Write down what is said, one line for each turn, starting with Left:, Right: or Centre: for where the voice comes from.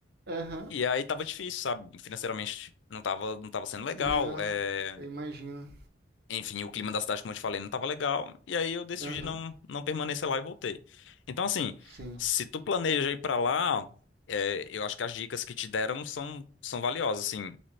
Right: Aham,
Left: E aí tava difícil, sabe? Financeiramente não tava, não tava sendo legal.
Right: não,
Left: é,
Right: eu imagino.
Left: enfim, o clima da cidade, como eu te falei, não tava legal. E aí eu decidi
Right: Aham,
Left: não, não permanecer lá e voltei. Então, assim,
Right: sim,
Left: se tu planeja ir pra lá, é, eu acho que as dicas que te deram são, são valiosas, assim.